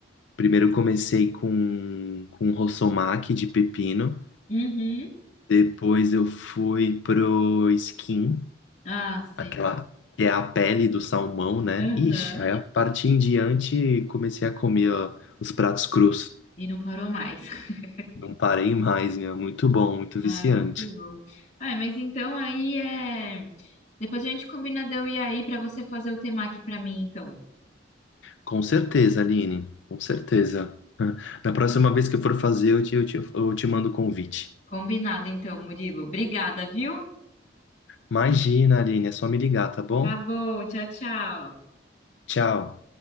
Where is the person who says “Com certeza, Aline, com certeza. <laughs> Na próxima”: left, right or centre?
Left